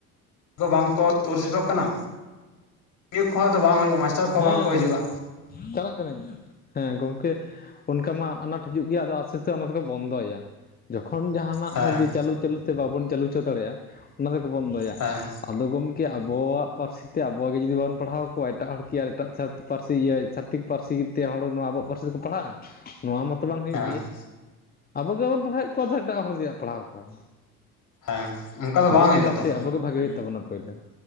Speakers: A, on the left; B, on the left.
A: ᱠᱚ ᱵᱟᱝᱠᱚ ᱛᱩᱨ ᱥᱮᱫᱚᱜ ᱠᱟᱱᱟ᱾ ᱤᱭᱟ ᱠᱚᱦᱚᱸ ᱫᱚ ᱵᱟᱝ ᱦᱩᱭᱩᱜᱼᱟ᱾ ᱢᱟᱥᱴᱟᱨ ᱠᱚᱦᱚᱸ
B: ᱦᱮᱸ
A: ᱵᱟᱝᱠᱚ ᱦᱤᱡᱩᱜᱼᱟ᱾
B: ᱪᱟᱞᱟᱜ ᱠᱟᱹᱱᱟᱹᱧ ᱦᱮᱸ ᱜᱚᱢᱠᱮ ᱚᱱᱠᱟ ᱢᱟ ᱟᱱᱟᱴ ᱦᱤᱡᱩᱜ ᱜᱮᱭᱟ ᱟᱫᱚ ᱟᱥᱛᱮ ᱼ ᱟᱥᱛᱮ ᱚᱱᱟ ᱛᱮᱠᱚ ᱵᱚᱱᱫᱚᱭᱟ᱾ ᱡᱚᱠᱷᱚᱱ ᱡᱟᱦᱟᱱᱟᱜ
A: ᱦᱮᱸ
B: ᱡᱮ ᱪᱟᱹᱞᱩ ᱪᱟᱹᱞᱩ ᱛᱮ ᱵᱟᱵᱚᱱ ᱪᱟᱹᱞᱩ ᱚᱪᱚ ᱫᱟᱲᱮᱜᱼᱟ ᱚᱱᱟ ᱨᱮᱠᱚ ᱵᱚᱱᱫᱚᱭᱟ,
A: ᱦᱮᱸ
B: ᱟᱫᱚ ᱜᱚᱢᱠᱮ ᱟᱵᱚᱣᱟᱜ ᱯᱟᱹᱨᱥᱤ ᱛᱮ ᱟᱵᱚᱣᱟᱜᱮ ᱡᱩᱫᱤ ᱵᱚᱱ ᱯᱟᱲᱦᱟᱣ ᱠᱚᱣᱟ ᱮᱴᱟᱜ ᱦᱚᱲᱠᱤ ᱟᱨ ᱮᱴᱟᱜ ᱪᱷᱟ ᱯᱟᱹᱨᱥᱤ ᱤᱭᱟᱹ ᱪᱷᱟᱛᱤᱠ ᱯᱟᱹᱨᱥᱤ ᱛᱮ ᱦᱚᱲ ᱱᱚᱣᱟ ᱟᱵᱚᱣᱟᱜ ᱯᱟᱹᱨᱥᱤ ᱛᱮᱠᱚ ᱯᱟᱲᱦᱟᱜᱼᱟ? ᱱᱚᱣᱟ ᱢᱟᱛᱼᱼ ᱛᱚ ᱵᱟᱝ ᱦᱩᱭᱩᱜ
A: ᱦᱮᱸ
B: ᱜᱮᱭᱟ᱾ ᱟᱵᱚ ᱜᱮ ᱵᱟᱵᱚᱱ ᱯᱟᱲᱦᱟᱣᱮᱫ ᱠᱚᱣᱟ ᱫᱚ ᱮᱴᱟᱜ ᱦᱚᱲ ᱫᱚ ᱪᱮᱫᱟᱜ ᱮ ᱯᱟᱲᱦᱟᱣ ᱠᱚᱣᱟᱭ?
A: ᱦᱮᱸ ᱚᱱᱠᱟ ᱫᱚ
B: ᱟᱵᱚᱣᱟᱜ
A: ᱵᱟᱝ ᱦᱩᱭᱩᱜᱼᱟ
B: ᱯᱟᱹᱨᱥᱤ
A: ᱛᱚ
B: ᱟᱵᱚᱜᱮ ᱵᱷᱟᱜᱮ ᱦᱩᱭᱩᱜ ᱛᱟᱵᱚᱱᱟ ᱯᱳᱭᱞᱟᱹ